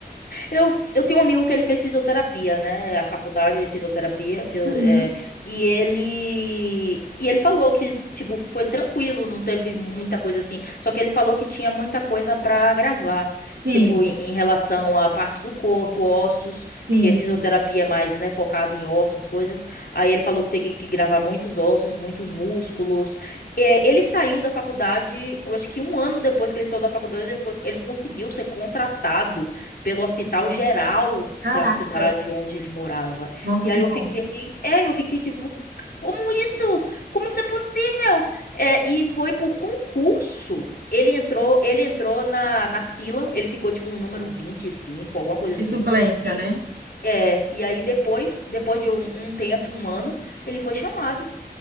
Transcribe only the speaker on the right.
Uhum.
Sim,
sim.
Caraca.
Nossa,
que
bom.
De
suplência,
né?